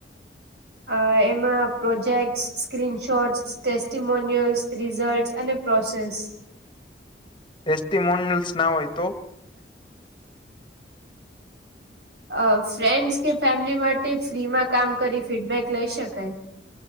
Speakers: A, on the right (about 70°); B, on the left (about 25°).
A: અ એમાં project screen shots testimonials result અને. પ્રોસેસ.
B: એસ ટી મોન્યલ્સ ના હોયતો તો.
A: અ ફ્રેન્ડ્સ કે ફેમિલી માટે ફ્રીમાં કામ કરી ફીડબેક લઈ શકાય.